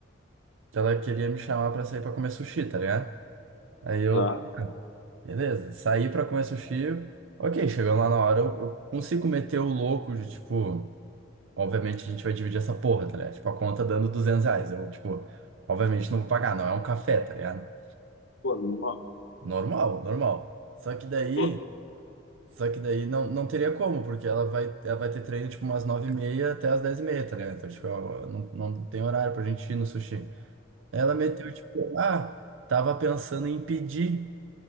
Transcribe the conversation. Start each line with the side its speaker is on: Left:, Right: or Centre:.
Right: que ela queria me chamar pra sair pra comer sushi, tá ligado? Aí eu
Left: Tá.
Right: Beleza, saí pra comer sushi. Ok, chegando lá na hora, eu, eu consigo meter o louco de, tipo, obviamente a gente vai dividir essa porra, tá ligado? Tipo, a conta dando 200 reais. Eu, tipo, obviamente não vou pagar, não é um café, tá ligado?
Left: Pô, normal.
Right: Normal, normal. Só que daí,
Left: Pô,
Right: só que daí não, não teria como, porque ela vai, ela vai ter treino, tipo, umas nove e meia até as dez e meia tá ligado? Então, tipo, eu- não, não tem horário pra gente ir no sushi. Ela meteu, tipo, ah, tava pensando em pedir.